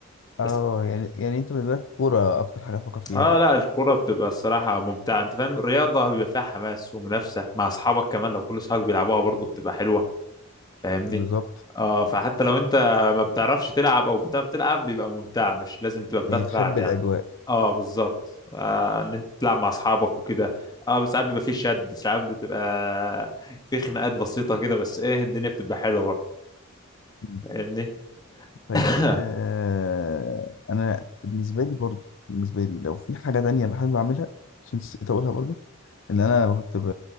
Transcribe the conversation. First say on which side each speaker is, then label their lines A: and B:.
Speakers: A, on the left; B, on the left.
A: اه
B: بس
A: يعني يعني انت بالنسبه لك الكوره اكتر حاجه تفكر فيها
B: اه
A: يعني
B: لا الكوره بتبقى الصراحه ممتعه انت فاهم الرياضه بيبقى فيها حماس ومنافسه مع اصحابك كمان لو كل اصحابك بيلعبوها برضو بتبقى حلوه فاهمني
A: بالظبط
B: اه فحتى لو انت ما بتعرفش تلعب او بتعرف تلعب بيبقى ممتع مش لازم تبقى بتعرف
A: بتحب
B: تلعب يعني
A: الاجواء
B: اه بالظبط آه ان انت تلعب مع اصحابك وكده اه ساعات بيبقى فيه شد ساعات بتبقى في خناقات بسيطه كده بس ايه الدنيا بتبقى حلوه برضه
A: مم.
B: فاهمني
A: طيب
B: <coughs>
A: آه انا بالنسبه لي برضو بالنسبه لي لو في حاجه تانية بحب اعملها عشان نسيت اقولها برضو ان انا كنت ب...